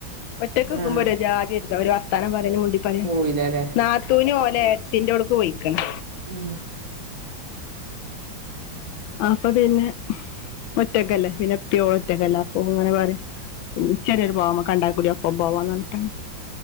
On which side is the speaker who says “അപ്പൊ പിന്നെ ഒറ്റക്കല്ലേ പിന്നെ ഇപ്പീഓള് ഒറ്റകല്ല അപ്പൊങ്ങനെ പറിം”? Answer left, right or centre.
Left